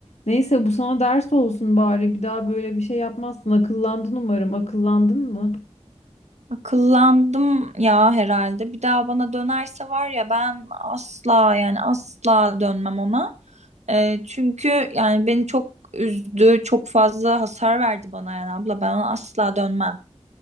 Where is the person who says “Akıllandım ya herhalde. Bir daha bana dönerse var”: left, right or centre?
Right